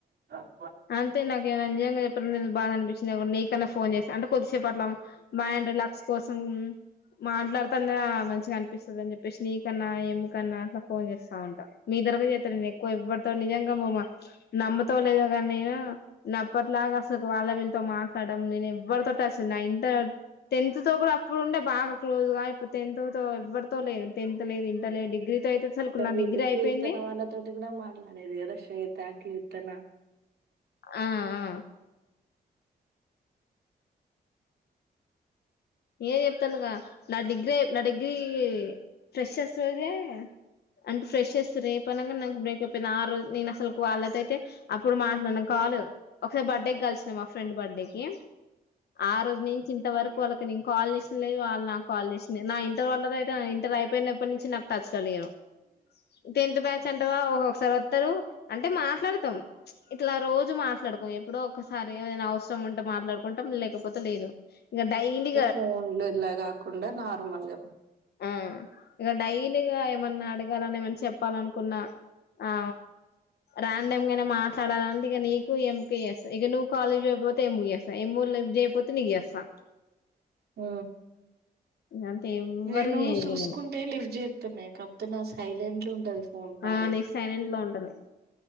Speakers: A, on the right; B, on the left.
A: <unintelligible> <unintelligible>
B: అంతే నాకు నిజంగా చెప్పడు నను బాగా అనిపించింది నీకన్నా ఫోన్ చేస్తా అంటే కొద్సేపు అట్ల మా లాస్ కోసం మాట్లాడుతనే మంచిగా అనిపిస్తుంది అని చెప్ నీ కన్నా ఏం కన్నా అట్లా ఫోన్ చేస్తా ఉంటా మీ దగ చేతా నేను ఎక్కువ ఇవ్వబడతాను నిజంగా మమా నమ్మతోవ లేదా నేను నే అప్పట్లాగా అసలు వాళ్ళ వీళ్ళతో మాట్లాడం నేను ఎవ్వరితోటి అసలు నైన్ టా టెన్త్ తో కూడా అప్పుడు ఉండే బాగా క్లోజ్ గా ఇప్పుడు టెన్త్ తో ఎవరితో లేదు టెన్త్ లేదు ఇంట లేదు డిగ్రీ అయితే అసలుకు నా
A: వీళ్ళు కీర్తన
B: అయిపోయింది
A: వాళ్ళతోటి కూడా మాట్లాడేది కదా శ్వేత, కీర్తన
B: ఆ ఆ నేనే చెప్తానుగా నా డిగ్రీ నా డిగ్రీ ఫ్రెషర్స్ రోజే అంటే ఫ్రెషర్స్ రేపగా నాకు బ్రేక్ అపోయింది ఆ రోజు నేను అసలు వాళ్ళతో అయితే అప్పుడు మాట్లాడను వాళ్ళ ఒకసారి బర్త్డే కలిసిన మా ఫ్రెండ్ బర్త్డే కి ఆ రోజు నుంచి ఇంత వరకు వాళ్ళ నేను కాల్ చేసినలేదు వాళ్ళు నాకు కాల్ చేసినంది నా ఇంటర్ వాళ్ళయితే ఇంటర్ అయిపోయినప్పటి నుంచి నాకు టచ్ లో లేరు టెన్త్ బ్యాచ్ అంటావా ఒక్కోక్కసారి వస్తారు అంటే మాట్లాడుతాం ఇట్లా రోజు మా మాట్లాడుకో ఎప్పుడో ఒకసారి ఏమైనా అవసరం ఉంటే మాట్లాడుకుంటా లేకపోతే లేదు ఇంక డైలీ
A: ఫోన్ లో ఇలా రాకుండా నార్మల్ గా
B: ఆ ఇక డైలీగా ఏమన్నా అడగాలని ఏమన్నా చెప్పాలనుకున్నా ఆ రండమ్గానే మా ట్లాడాలని ఇక నీకు ఎంపిఎస్ ఇక నువ్వు కాలేజ్ అయపో తే ముయసా ఏమో లిఫ్ట్ చేయకపోతే నీకు చేస్తా
A: ఉ
B: అంతే ఎవ్వరు
A: నేను
B: చేయను
A: చూసుకుంటే
B: ఇగ నేను
A: లివ్ చేస్త కాకపోతే నాది సైలెంట్ లో ఉంటది ఫోన్ పాడే
B: ఆ నీ సైలెంట్ లో ఉంటది